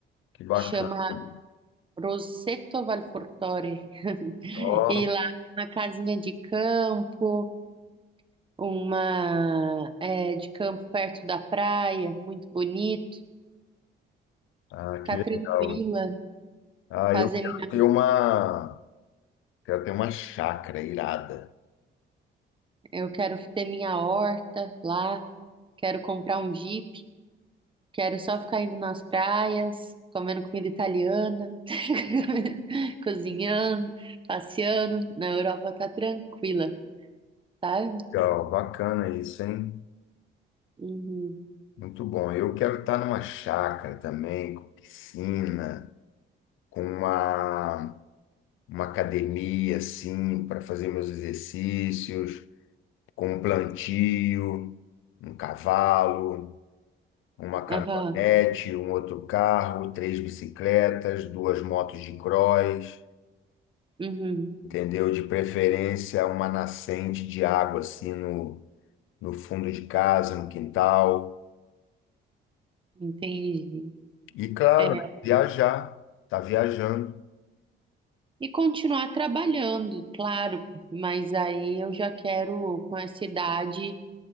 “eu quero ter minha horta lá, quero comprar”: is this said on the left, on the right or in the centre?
Right